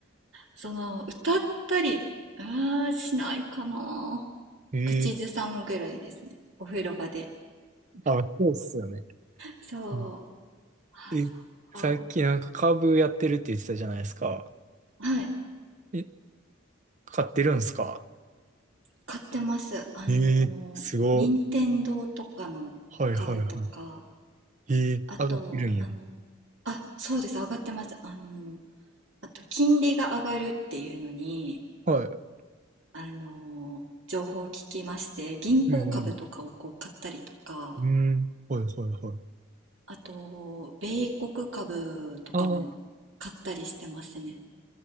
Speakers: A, on the right (about 70°); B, on the right (about 40°).
A: その歌ったりあーしないかな
B: <laughs> えー、
A: 口ずさむぐらいですねお風呂場で
B: あ、そうっすよね。
A: そう
B: うん
A: あそっか
B: え、さっきなんかカーブやってるって言ってたじゃないですか。
A: はい
B: え、買ってるんすか
A: 買ってますあの任天堂とかの株とか
B: えー、すご。はいはいはい。えー、
A: あとあの
B: 上がってるんや。
A: あそうです上がってますあのあと金利が上がるっていうのに
B: はい。
A: あの情報を聞きまして銀行株とかをこう買ったりとか
B: うんうん。うん。はいはいはい。
A: あと米国株とかも買ったりしてますね、
B: ああ。